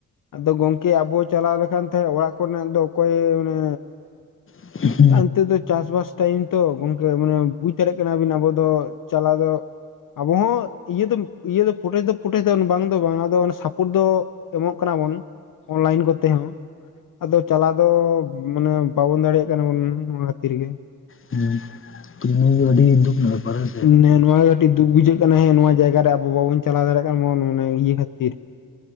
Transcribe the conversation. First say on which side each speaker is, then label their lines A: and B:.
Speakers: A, on the left; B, on the left.
A: ᱟᱫᱚ ᱜᱚᱝᱠᱮ ᱟᱵᱚ ᱪᱟᱞᱟᱣ ᱞᱮᱠᱷᱟᱱ ᱛᱟᱦᱮᱸᱫ ᱚᱲᱟᱜ ᱠᱷᱚᱱᱟᱜ ᱫᱚ ᱚᱠᱚᱭ ᱚᱱᱮ
B: <inaudible>
A: ᱟᱱᱛᱮ ᱫᱚ ᱪᱟᱥ-ᱵᱟᱥ ᱴᱟᱭᱤᱢ ᱛᱚ ᱜᱚᱝᱠᱮ, ᱢᱟᱱᱮ ᱵᱩᱡ ᱫᱟᱲᱮᱜ ᱠᱟᱱᱟᱵᱤᱱ ᱟᱵᱚ ᱫᱚ ᱪᱟᱞᱟᱣ ᱫᱚ ᱟᱵᱚ ᱦᱚᱸ ᱤᱭᱟᱹ ᱫᱚ ᱤᱭᱟᱹ ᱫᱚ ᱯᱩᱴᱮᱥ ᱫᱚ ᱯᱩᱴᱮᱥ ᱫᱚ ᱵᱟᱝ ᱫᱚ ᱵᱟᱝ ᱟᱫᱚ ᱥᱟᱯᱳᱴ ᱫᱚ ᱮᱢᱚᱜ ᱠᱟᱱᱟ ᱵᱚᱱ ᱚᱱᱞᱟᱭᱤᱱ ᱠᱚᱛᱮ ᱦᱚᱸ ᱟᱫᱚ ᱪᱟᱞᱟᱣ ᱫᱚ ᱢᱟᱱᱮ ᱵᱟᱵᱚᱱ ᱫᱟᱲᱮᱭᱟᱜ ᱠᱟᱱᱟ᱾ ᱠᱟᱱᱟᱵᱚᱱ ᱱᱚᱣᱟ ᱛᱷᱤᱨ ᱜᱮ
B: ᱦᱮᱸ ᱛᱮᱦᱮᱧ ᱜᱮ ᱟᱹᱰᱤ ᱫᱩᱠ ᱨᱮᱱᱟᱜ ᱮᱯᱟᱨ ᱦᱮᱸ ᱥᱮ᱾
A: ᱛᱮ ᱱᱚᱣᱟ ᱜᱮ ᱟ. ᱰᱤ ᱫᱩᱠ ᱵᱩᱡᱷᱟᱹᱜ ᱠᱟᱱᱟ ᱦᱮᱸ, ᱱᱚᱣᱟ ᱡᱟᱭᱜᱟ ᱨᱮ ᱟᱵᱚ ᱵᱟᱵᱚᱱ ᱪᱟᱞᱟ ᱫᱟᱲᱮᱜ ᱠᱟᱱᱟ ᱵᱚᱱ ᱢᱮ ᱤᱭᱟᱹ ᱠᱷᱟᱹᱛᱤᱨ